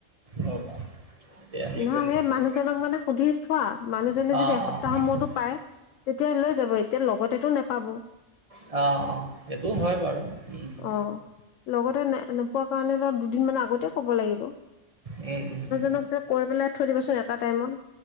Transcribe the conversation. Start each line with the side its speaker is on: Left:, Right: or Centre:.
Right: ৰ'বা এতিয়া হেৰি
Left: নহ
Right: কৰি নাথাকিব
Left: সেই মানুহজনক মানে সুধি থোৱা মানুহজনে
Right: অ
Left: যদি এসপ্তাহ
Right: অ
Left: সময়তো
Right: অ অ
Left: পায় তেতিয়া লৈ যাব এতিয়া লগতেটো নাপাব।
Right: অ', অ', সেইটো হয় বাৰু। উম, উম, উম,
Left: অঁ লগতে নে নোপোৱা কাৰণে ধৰ দুদিনমান আগতে ক'ব লাগিব।
Right: উম, উম।
Left: লক জক কৈ পেলাই থৈ দিবচোন এটা টাইমত